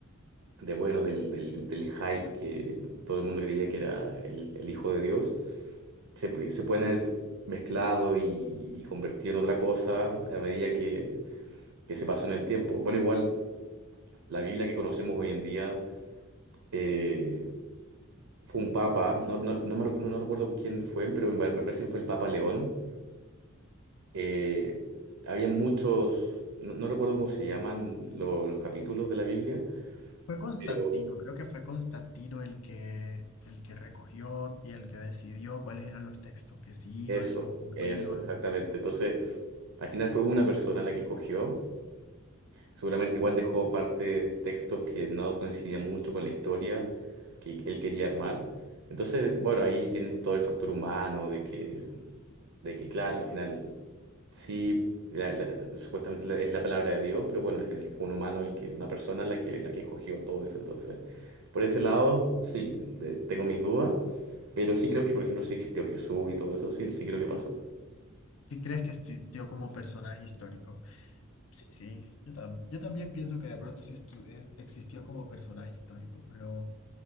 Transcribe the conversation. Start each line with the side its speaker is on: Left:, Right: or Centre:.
Right: de bueno, del, del- del hype que todo el mundo creía que era el, el hijo de Dios, se, pu- se pueden haber mezclado y, y convertido en otra cosa a medida que, que se pasó en el tiempo. Bueno, igual la Biblia que conocemos hoy en día eh, fue un papa, no, no, no me recu- no- no recuerdo quién fue, pero me, par- me parece que fue el Papa León. Eh, había muchos, no, no recuerdo cómo se llaman lo- los capítulos de la Biblia,
Left: Fue Constantino,
Right: pero
Left: creo que fue Constantino el que, el que recogió y el que decidió cuáles eran los textos que sí
Right: eso,
Left: iban y los que no
Right: eso,
Left: iban.
Right: exactamente. Entonces... Al final fue una persona la que escogió. Seguramente igual dejó parte textos que no coincidían mucho con la historia que él quería armar. Entonces, bueno, ahí tienes todo el factor humano de que, de que claro, al final sí, la- la- supuestamente la- es la palabra de Dios, pero bueno, al final fue un humano el que, una persona la que, la que escogió todo eso. Entonces, por ese lado, sí, de- tengo mis dudas, pero sí creo que, por ejemplo, sí existió Jesús y todo eso, sí, sí creo que pasó.
Left: ¿Sí crees que existió como personaje histórico? Sí, sí, yo, tam- yo también pienso que de pronto sí estu- es- existió como personaje histórico, pero,